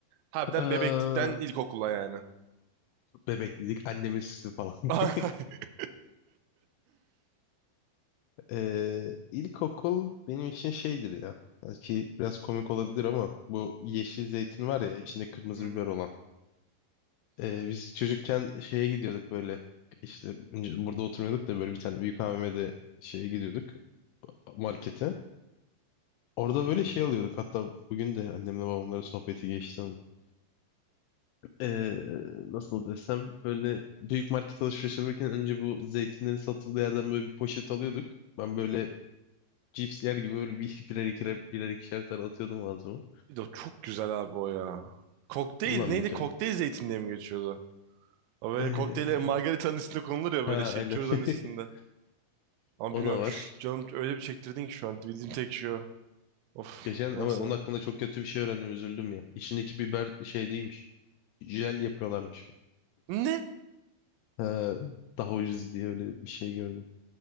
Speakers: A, on the right (about 80°); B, on the left (about 85°).
A: Harbiden
B: Ee,
A: bebeklikten ilkokula yani.
B: bebeklik, annemin sütü falan. <laughs>
A: <laughs>
B: Ee, ilkokul benim için şeydir ya. Belki biraz komik olabilir ama bu yeşil zeytin var ya içinde kırmızı
A: Hmm.
B: biber olan. Ee, biz çocukken şeye gidiyorduk böyle. İşte önce burada oturmuyorduk da böyle bir tane büyük AVM'de şeye gidiyorduk markete. Orada
A: Hmm.
B: böyle şey alıyorduk. Hatta bugün de annemle babamların sohbeti geçti. eee, nasıl desem böyle büyük market alışveriş yaparken önce bu zeytinlerin satıldığı yerden böyle bir poşet alıyorduk. Ben böyle cips yer gibi böyle bir <laughs> birer ikişer birer ikişer tane atıyordum ağzıma.
A: Bir de o çok güzel abi o ya. Kokteyl
B: Vallahi
A: neydi?
B: mükemmel.
A: Kokteyl zeytin diye mi geçiyordu? O böyle
B: Eee,
A: kokteyle margaritanın üstünde konulur ya
B: ha
A: böyle şey
B: aynen.
A: kürdanın
B: <laughs>
A: üstünde. Ama
B: O
A: bilmiyorum
B: da var.
A: şu canım öyle bir çektirdin ki şu an bildiğim tek şey o. Of
B: Geçen ama
A: neyse.
B: onun hakkında çok kötü bir şey öğrendim üzüldüm ya. İçindeki biber şey değilmiş. Jel yapıyorlarmış.
A: Ne?
B: Ha, daha ucuz diye öyle bir şey gördüm.